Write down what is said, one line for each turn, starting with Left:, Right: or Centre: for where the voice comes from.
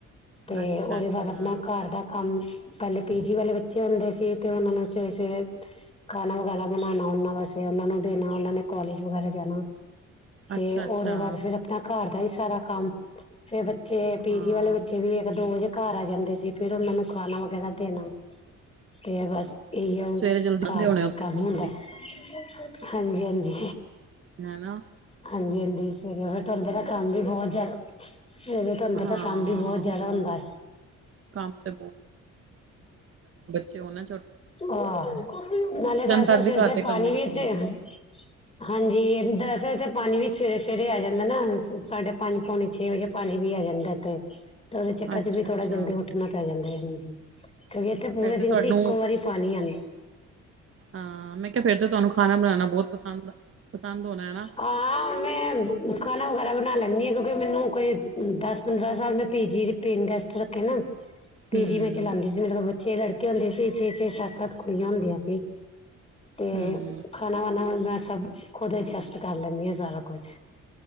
Left: ਤੇ
Right: ਅੱਛਾ
Left: ਉਹਦੇ
Right: ਅੱਛਾ
Left: ਬਾਅਦ ਆਪਣਾ ਘਰ ਦਾ ਕੰਮ ਪਹਿਲੇ ਪੀਜੀ ਵਾਲੇ ਬੱਚੇ ਹੁੰਦੇ ਸੀ। ਤੇ ਉਹਨਾਂ ਨੂੰ ਸਵੇਰੇ ਸਵੇਰੇ ਖਾਣਾ ਵਗੈਰਾ ਬਣਾਉਣਾ। ਉਹਨਾ ਵਾਸਤੇ ਉਹਨਾਂ ਨੂੰ ਦੇਣਾ ਉਹਨਾਂ ਨੇ ਕੋਲਜ ਵਗੈਰਾ ਜਾਣਾ। ਤੇ
Right: ਅੱਛਾ
Left: ਉਹਦੇ
Right: ਅੱਛਾ
Left: ਬਾਅਦ ਫਿਰ ਆਪਣਾ ਘਰ ਦਾ ਹੀ ਸਾਰਾ ਕੰਮ ਫੇਰ ਬੱਚੇ ਪੀਜੀ
Right: ਹਾਂ
Left: ਵਾਲੇ ਬੱਚੇ ਵੀ ਇੱਕ ਦੋ ਵਜੇ ਘਰ ਆ ਜਾਂਦੇ ਸੀ। ਫਿਰ ਉਹਨਾਂ ਨੂੰ ਖਾਣਾ ਵਗੈਰਾ ਦੇਣਾ ਤੇ ਬਸ ਇਹ ਆ
Right: ਸਵੇਰੇ ਜਲਦੀ
Left: ਘਰ
Right: ਉਠਦੇ ਹੋਣੇ
Left: ਦਾ ਹੀ
Right: ਤੁਸੀਂ
Left: ਕੰਮ
Right: ਬਹੁਤ
Left: ਹੁੰਦਾ
Right: ਜਲਦੀ
Left: ਹੈ। ਹਾਂਜੀ ਹਾਂਜੀ
Right: ਹਨਾ
Left: ਹਾਂਜੀ ਹਾਂਜੀ ਸਵੇਰੇ ਤੁਰ ਪਹਿਲਾ ਕੰਮ ਵੀ ਬਹੁਤ ਜਾ ਸਵੇਰੇ ਤੁਹਾਨੂੰ ਪਤਾ
Right: ਹਾਂ
Left: ਕੰਮ ਵੀ ਬਹੁਤ
Right: ਹੋਰ
Left: ਜਿਆਦਾ ਹੁੰਦਾ ਹੈ
Right: ਕੰਮ ਤੇ ਤੇ ਉਹਨਾਂ
Left: ਹਾਂ ਨਾ ਤਾਂ ਸਵੇਰੇ
Right: ਤਦ ਵੀ ਘਰ
Left: ਸਵੇਰੇ
Right: ਦੇ ਕੰਮ
Left: ਪਾਣੀ
Right: ਨੀ
Left: ਵੀ
Right: ਖਤਮ
Left: ਇ
Right: ਹੁੰਦੇ
Left: ਹਾਂਜੀ ਇਥੇ ਪਾਣੀ ਵੀ ਸਵੇਰੇ ਸਵੇਰੇ ਆ ਜਾਂਦਾ ਨਾ ਸਾਢੇ ਪੰਜ ਪੌਣੇ ਛੇ ਵਜੇ ਪਾਣੀ ਵੀ ਆ ਜਾਂਦਾ ਤੇ ਤੇ ਉਹਦੇ ਚੱਕਰ
Right: ਅੱਛਾ
Left: ਚ ਵੀ ਥੋੜਾ
Right: ਅੱਛਾ
Left: ਜਲਦੀ ਉੱਠਣਾ ਪੈ ਜਾਂਦਾ ਹੈ। ਹਾਂਜੀ ਕਿਉਂਕਿ ਇੱਥੇ ਪੂਰੇ
Right: ਫੇਰ
Left: ਦਿਨ
Right: ਤੇ ਤੁਹਾਨੂੰ
Left: ਚ ਇੱਕੋ ਵਾਰੀ ਪਾਣੀ ਆਉਂਦਾ
Right: ਹਾਂ ਮੈਂ ਕਿਹਾ ਫਿਰ ਤਾਂ ਤੁਹਾਨੂੰ ਖਾਣਾ ਬਣਾਉਣਾ ਬਹੁਤ ਪਸੰਦ ਆ ਪਸੰਦ ਹੋਣਾ ਹੈਨਾ
Left: ਹਾਂ ਮੈਂ ਖਾਣਾ ਵਗੈਰਾ ਬਣਾ ਲੈਂਦੀ ਹਾਂ। ਕਿਉਂਕਿ ਮੈਨੂੰ ਕੋਈ ਦਸ ਪੰਦਰਾਂ ਮੈਂ ਪੀਜੀ ਦੇ ਪੇਨ ਗੈਸਟ ਰੱਖੇ ਨਾ ਪੀਜੀ
Right: ਹਮ
Left: ਮੈਂ ਚਲਾਉਂਦੀ ਜਿਵੇ ਮਤਬਲ ਬੱਚੇ ਲੜਕੇ ਹੁੰਦੇ ਸੀ ਛੇ- ਛੇ ਸੱਤ-ਸੱਤ ਕੁੜੀਆਂ ਹੁੰਦੀਆਂ ਸੀ। ਤੇ
Right: ਹੂੰ
Left: ਖਾਣਾ ਵਾਣਾ ਮੈ ਸਭ ਖੁਦ ਐਡਜੈਸਟ ਕਰ ਲੈਣੀ ਸਾਰਾ ਕੁਛ